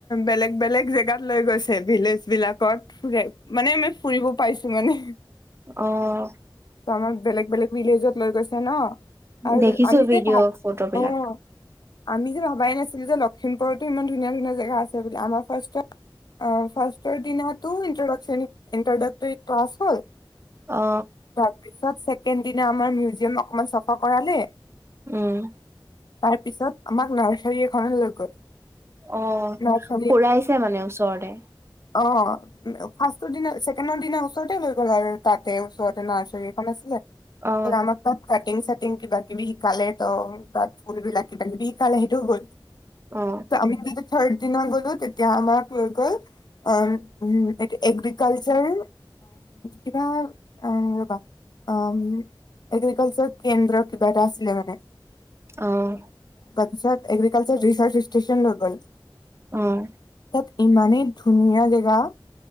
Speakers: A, on the left; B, on the right.
A: বেলেগ বেলেগ জেগাত লৈ গৈছে ভিলেজ বিলাকত ফু মানে আমি ফুৰিব পাইছো মানে,
B: অঁ
A: ত আমাক বেলেগ বেলেগ ভিলেজত লৈ গৈছে ন। আৰু
B: দেখিছো
A: আমি
B: ভিডিঅ'
A: যে ভাব
B: ফটো বিলাক
A: অ' আমি যে ভাবাই নাছিলো যে লক্ষিমপুৰতো ইমান ধুনীয়া ধুনীয়া জেগা আছে বুলি আমাৰ ফাৰ অ ফাৰ দি ত ইনট্ৰড ইট্ৰডকটৰি ক্লাছ হল।
B: অ
A: তাৰপিছতে দিনা আমাৰ মিউজিয়াম অকমান চাফা কৰালে
B: উম
A: তাৰ পিছত আমাক নাৰ্চাৰী এখননে লৈ গ'ল।
B: অ
A: নাৰ্চাৰী
B: ফুৰাইছে মানে ওচৰতে
A: অঁ ফাৰ্ষ্ট দিনা ছেকেণ্ডৰ দিনা ওচৰতে লৈ গ'ল আৰু তাতে ওচৰতে নাৰ্চাৰী আছিলে
B: অ
A: আাৰ ত কাটিং চিং কিবা কিবি শিকালে। ত তাত ফুল বিলাকি পাকিবি কাল সেইটোও গ'ল
B: অ
A: ত আমি চৰ্দিনা গ'লো তেতিয়া আমাক লৈ গ'ল অঁ উ এটো এগ্ৰিকালচাৰ কিবা ৰবা। উম এগ্ৰিকালচাৰ কেন্দ্ৰ কিবা এটা আছিলে মানে।
B: আহঁ
A: এত এগ্ৰিকালছাৰেল ৰিচাৰ্চ ষ্টেচন লৈ গল
B: অঁ
A: তাত ইমানেই ধুনীয়া জেগা।